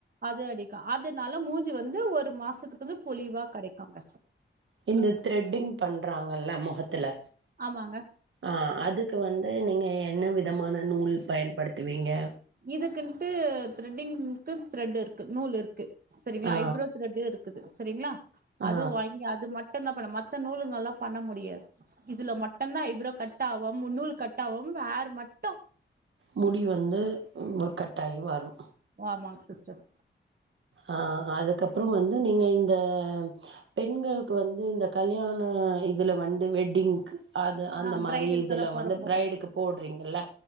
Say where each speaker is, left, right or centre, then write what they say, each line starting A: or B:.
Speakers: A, on the right; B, on the right.
A: அது அடிக்கா அது அதனால மூஞ்சு வந்து ஒரு மாசத்துக்கு வந்து பொலிவா கிடைக்காங்க
B: இந்த த்ரெட்டிங் பண்றாங்கல்ல முகத்துல
A: ஆமாங்க
B: ஆ அதுக்கு வந் ந்து நீங்கள் என்ன விதமான நூல் பயன்படுத்துவீங்க
A: இதுக்குன்னட்டு த்ரெட்டிங்க்கு த்ரெட் இருக்கு நூல் இருக்கு சரிங்களா
B: ஆ
A: ஐப்ரோ த்ரெட இருக்குது சரிங்களா
B: ஆ
A: அது வாங்கி அது மட் மட்டம்தா பண்ண மத்த நூலுங்க எல்லா பண்ண முடியாது இதுல மட்டுதா இப்ரோ கட்ட ஆகும் நூல் கட்ட ஆகும் ஹேர் மட்டு
B: முடி வந்து உண்ம கட்டாயி வரு
A: ஆமாங் சிஸ்டர்
B: அ அதுக்கப்புறம் வந்து நீங்க இந் த பெண்களுக்கு வந்து இந்த கல்யாண இதில வந்து வெட்டிங்க்கு அது அந்த
A: ஆ
B: மாரி
A: பிரைடலுக்கெல்லா
B: இதில்
A: போட
B: வந்து
A: போறோம்
B: பிரைடுக்கு போடுறீங்கள்ல